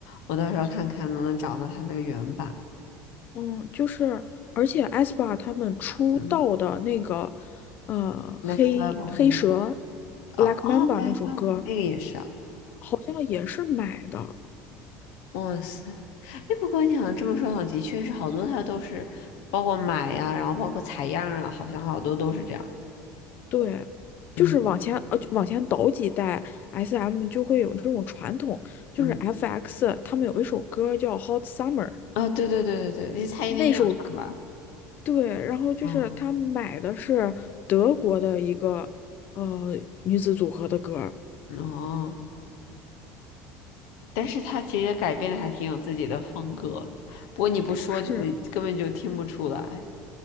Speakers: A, on the left (about 75°); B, on the left (about 40°).
A: 我到时候看看能不能找到它那个原版。
B: 嗯，就是，而且 aespa 他们出道的那个，
A: 嗯
B: 呃，
A: ，Next
B: 黑黑蛇
A: Level 那个，哦哦，Black
B: Black Mamba 那首歌，
A: t l e r 那个也是啊。
B: 好像也是买的。
A: 哇塞，哎，不过你好像这么说，好像的确是好多它都是，包括买呀、然后包括采样啊，好像好多都是这样。
B: 对，
A: 嗯
B: 就是往前呃往前倒几代，SM 就会有这种传统，就是
A: 嗯，
B: FX 他们有一首歌叫《Hot Summer》，
A: 啊、对对对对对，那蔡依林也有唱吧？
B: 那首歌对，然后就是他买的是德国的一个呃女子组合的歌儿，
A: 嗯哦。但是他其实改编的还挺有自己的风格的，不过你不说就是根本就听不出来。
B: 是。